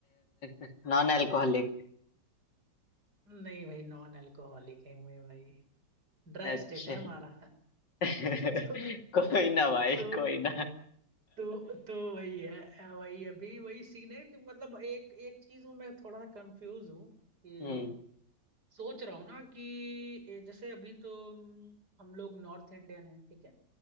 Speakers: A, on the left; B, on the right.
A: नॉन अल्कोहलिक
B: नहीं भाई नॉन अल्कोहलिक है मैं भाई ड्राई
A: अच्छा
B: स्टेट है हमारा <laughs>
A: <laughs>
B: तो
A: कोई ना भाई
B: तो
A: कोई ना
B: तो तो वही है अ, वही अभी वही सीन है कि मतलब एक एक चीज में मैं थोड़ा सा कंफ्यूज हूँ कि
A: हम्म
B: सोच रहा हूँ ना कि ये जैसे अभी तो हम्म, हम लोग नॉर्थ इंडियन हैं ठीक है